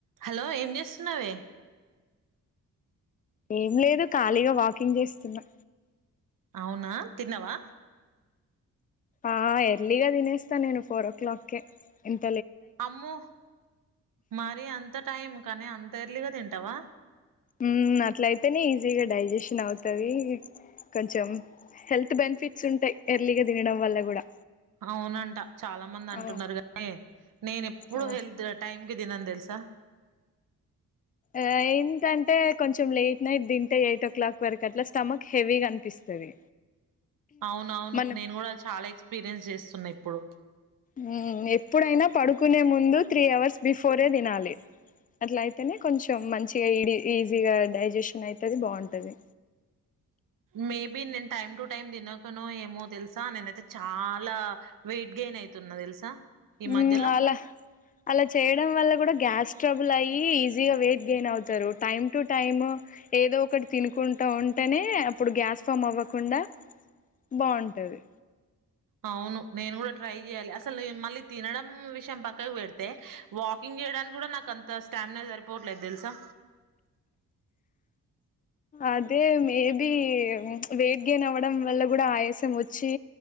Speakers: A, on the right; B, on the left.
A: Hello ఏం చేస్తున్నావే
B: ఏం లేదు ఖాళీగా వాకింగ్ చేస్తున్నా
A: అవునా తిన్నావా
B: ఆ ఎర్లీగా తినేస్తా నేను ఫోర్ ఓ క్లాక్ కే ఎంత్
A: అమ్మో మరి అంత టైం కానీ అంత ఇంత ఎర్లీగా తింటావా
B: మ్ అట్ల అయితేనే ఈజీగా డైజెషన్ అవుతంది కొంచెం హెల్త్ బెనిఫిట్స్ ఉంటాయి ఎర్లీగా తినడం వల్ల కూడా
A: అవునంట చాలా మంది అంటున్నారు
B: ఆ
A: కానీ నేను ఎప్పుడు
B: ఆ
A: హల్త్ టైం కి తినను తెలుస త్త
B: ఆ ఏంటంటే కొంచెం లేట్ నైట్ తింటే ఎయిట్ ఓ క్లాక్ వరకు అట్లా స్టమక్ హెవీగా అనిపిస్తది
A: అవునవును
B: మనం
A: నేను కూడా చాలా ఎక్స్పీరియన్స్ చేస్తున్నాయి ఇప్పు ఇప్పుడు
B: మ్ ఎప్పుడైనా పడుకునే ముందు త్రీ అవర్స్ బిఫోరే తినాలి అట్లాయితేనే కొంచెం మంచిగా ఈడ ఈజీగా డైజెషన్ అయితది బాగుంటుంది
A: మేబి నేను టైమ్ టు టైమ్ తినకనో ఏమో తెలుసా నేనైతే చాలా వెయిట్ గైన్ అవుతున్నా తెలుసా ఈ
B: మ్
A: మధ్యలో
B: అలా అలా చేయడం వల్ల కూడా గ్యాస్ స్ట్రబుల్ అయ్యి ఈజీగా వెయిట్ గెయిన్ అవుతారు టైమ్ టు టైమ్ ఏదో ఒకటి తినుకుంటూ ఉంటేనే అప్పుడు గ్యాస్ ఫామ్ అవ్వకుండా బాగుంటది
A: అవును నేను కూడా ట్రై చెయాలి అసలు మళ్ళీ తినడం విషయం పక్కకు పెడితే వాకింగ్ చేయడానికి కూడా నాకు అంత స్టామినా సరిపోవట్లేదు తెలుసా
B: అదే మేబి వెయిట్ గెయిన్ అవ్వడం వల్ల కూడా ఆయాసం వచ్చి